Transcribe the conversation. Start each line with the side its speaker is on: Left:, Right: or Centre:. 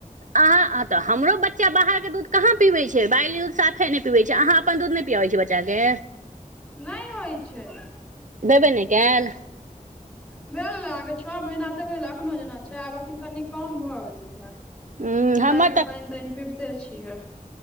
Right: अहाँ तऽ हमरो बच्चा बाहर के दूध कहाँ पीबै छै बैली दूध साफे नहि पीबै छै अहाँ अपन दूध नहि पियाबै छियै बच्चा के।
Centre: नहि होइ छै।
Right: देबे नहि कयल
Centre: भेल ने अके छओ महीना तक भेल एखनो जेना छै आब एखन कनि कम भऽ गेलै हे।
Right: ह
Centre: जेकि
Right: हमर
Centre: दालि के
Right: तऽ
Centre: पानि तानि पीबिते छियै।